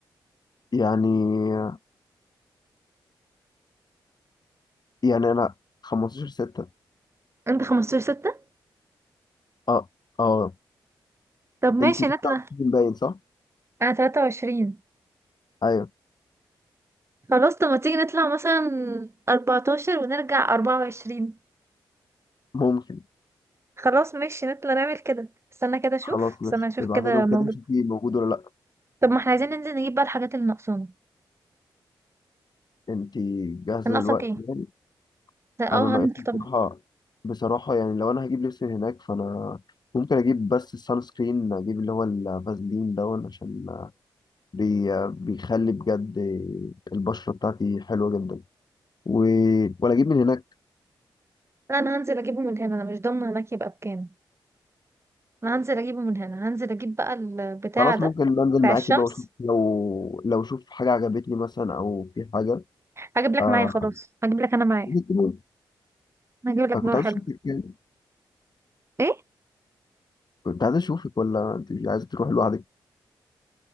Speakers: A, on the left; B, on the right.
A: يعني يعني انا 15 ستة
B: انت خمستاشر ستة
A: اه اه
B: طب ماشي
A: انتي تبقى
B: نطلع
A: باين صح
B: انا تلاتة وعشرين
A: ايوه
B: خلاص طب ما تيجي نطلع مثلا اربعتاشر ونرجع اربعة وعشرين
A: ممكن
B: خلاص ماشي نطلع نعمل كده استنى كده اشوف
A: خلاص
B: استنى
A: ماشي
B: اشوف
A: ابعت
B: كده
A: لهم
B: موجود
A: كده شوفي موجود ولا لا
B: طب ما احنا عايزين ننزل نجيب بقى الحاجات اللي ناقصانا
A: انتي جاهزة
B: كان ناقصك
A: دلوقتي
B: ايه
A: يعني
B: ده اه
A: انا ناقصني
B: هنزل طبعا
A: بصراحة بصراحة يعني لو انا هجيب لبس من هناك فانا ممكن اجيب بس السان سكرين اجيب اللي هو الفازلين ده عشان بي بيخلي بجد البشرة بتاعتي حلوة جدا و... ولا اجيب من هناك
B: لا انا هنزل اجيبه من هنا انا مش ضامنه هناك يبقى بكام انا هنزل اجيبه من هنا هنزل اجيب بقى البتاع
A: خلاص
B: ده
A: ممكن بنزل
B: بتاع
A: معاكي
B: الشمس
A: بقى واشوف لو لو اشوف حاجة عجبتني مثلا او في حاجة
B: هجيب لك
A: آه...
B: معايا خلاص هجيب لك انا معايا
A: أنا
B: انا هجيب لك نوع
A: كنت عايز
B: حلو
A: اشوفك يعني
B: ايه
A: كنت عايز اشوفك ولا انت مش عايزة تروح لوحدك